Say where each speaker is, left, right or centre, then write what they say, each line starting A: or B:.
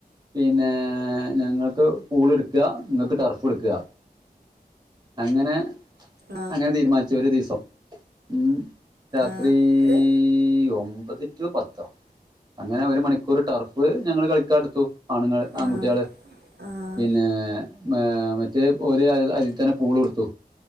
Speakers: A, on the right; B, on the right.
A: പിന്നെ ഞങ്ങൾക്ക് പൂള് എട്ക്ക നിങ്ങൾക്ക് ടർഫ് എട്ക്കാ അങ്ങനെ
B: ആ
A: അങ്ങനെ തീരുമാനിച്ചു ഒരു ദിവസം ഉം രാത്രീ
B: ആ
A: ഈ
B: ഇത്
A: ഒമ്പത് ടു പത്തോ അങ്ങനെ ഒരു മണിക്കൂർ ടർഫ് ഞങ്ങള് കളിക്കാൻ എടുത്തു ആണുങ്ങള് ആൺകുട്ടികള്
B: ആ ആ
A: പിന്നെ മേ മറ്റേ ഓൽ അതിൽ തന്നെ പൂള് എട്ത്തു